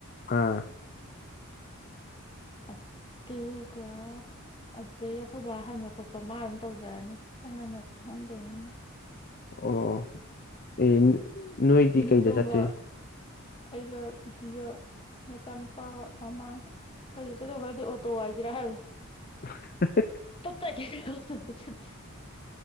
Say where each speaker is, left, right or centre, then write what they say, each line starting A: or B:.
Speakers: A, on the left; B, on the left.
A: ꯑꯥ
B: ꯑꯗꯨꯒ ꯑꯗꯨꯗ ꯌꯈꯣꯏꯕ ꯍꯟꯕ ꯈꯣꯠꯄ ꯃꯥ ꯑꯗꯨꯝ ꯇꯧꯖꯔꯅꯤ ꯈꯪ ꯉꯟꯅ ꯍꯣꯡꯗꯣꯏꯅꯤꯅꯦ
A: <unintelligible> ꯑꯦ ꯅꯣꯏꯗꯤ
B: ꯏꯅꯦꯇꯣꯟꯒ
A: ꯀꯩꯗ ꯆꯇꯨꯏꯅꯣ
B: ꯑꯩꯒ ꯄ꯭ꯔꯤꯇꯤꯒ ꯃꯆꯥꯅꯨꯄꯥꯒ ꯃꯃꯥꯒ ꯀꯩꯗ ꯆꯠꯂꯨꯕ ꯈꯪꯗꯦ ꯑꯣꯇꯣ ꯋꯥꯏꯁꯤꯔꯥ ꯍꯥꯏꯕ
A: <unintelligible>
B: <unintelligible>